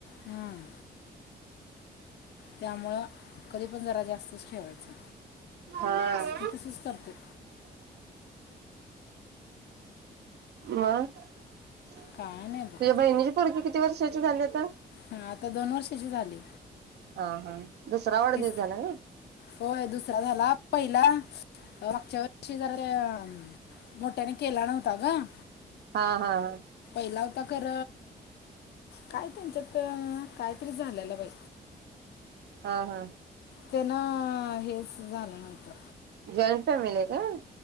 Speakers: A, on the left; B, on the right.
A: हम्म त्यामुळं कधी पण जरा जास्तच ठेवायचं
B: हा.
A: मी तसच करतोय
B: मं तुझ्या
A: काय नाही बघ
B: बहिनीची पुरगी किती वर्ष त्याचे झाले आता
A: हा आता दोन वर्षाची झाली
B: हा हा दुसरा वाढदिवस
A: तिस
B: झाला का?
A: होय दुसरा झाला पहिला मागच्या वर्षी जरा मोठ्याने केला नव्हता गं
B: हा हा हा
A: केला होता खर काय त्यांच्यात कायतरी झाल्याला बाई
B: हा हा
A: तेन हेच झाल नव्हतं
B: जॉईंट फॅमिली हाय काय?